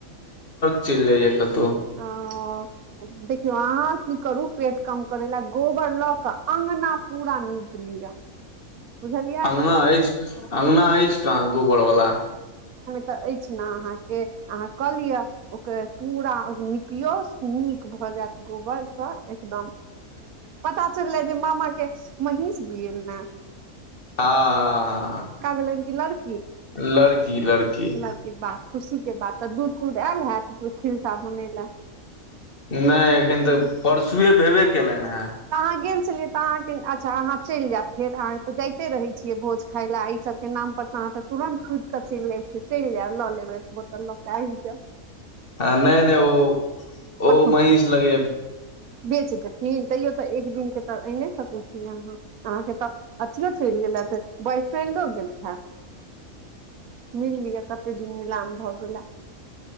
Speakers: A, on the left; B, on the right.
A: चिली जाय यै कतैअ
B: ओ देखियौ अहाँ की करू पेट कम करै ला गोबर लऽ क अंगना पूरा नीप लिअ बुझलियै
A: अगना अछि अंगना अछि कहाँ गोबर वला
B: त अछि न आहाँके आहाँ क लिए ओकर पुरा निपयोस निक भ जाइत भ जाइत गोबर सॅ एकदम पता चललैय जे मामाके मेहिस बिऐल न
A: हँ हँ ह
B: भेलनि कि लड़की
A: लड़की लड़की
B: लड़की वाह खुशी के बात तऽ दूध तूध आयल हैत बनै लए
A: नहि एखन तऽ परसुए भेबे केलनि हेँ
B: अहाँ गेल छलियै तऽ अहाँके त अहाँ चैल जायब फेर अहाँ तऽ जाइत रहैत छियै भोज खाय लए एहि सबके नाम पर तऽ अहाँ तुरन कुदिक चलि जाइ छि चलि जायब ल लेबै एक बोतल लकेऽ आइब जाउ
A: हँ नहि नहि ओ
B: पठा
A: ओ महींस लगे
B: बेच देथिन तैयो तऽ एक दिन के त आने सकै छीय अहाँ अहाँ के तऽ अथियो चलि गेल बरसो ओम्हरो गेल हन मिल लिअ कतेक दिन मिलला भ गेल